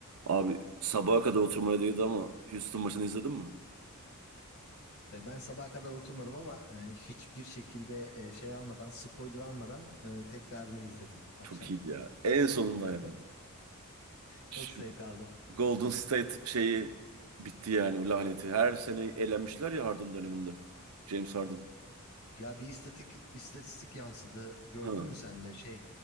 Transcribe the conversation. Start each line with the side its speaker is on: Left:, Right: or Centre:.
Right: Abi sabaha kadar oturmaya değdi ama Houston maçını izledin mi?
Left: E, Ben sabaha kadar oturmadım ama e, hiçbir şekilde e, şey almadan, spoiler almadan e, tekrarını izledim akşam.
Right: Çok iyiydi ya. En sonunda
Left: Yani
Right: yani.
Left: çok,
Right: Şu
Left: çok zevk aldım.
Right: Golden State şeyi bitti yani o laneti. Her sene elenmişler ya Harden döneminde. James Harden.
Left: Ya bir istatik, istatistik yansıdı. Gördün
Right: Ha,
Left: mü sen de şey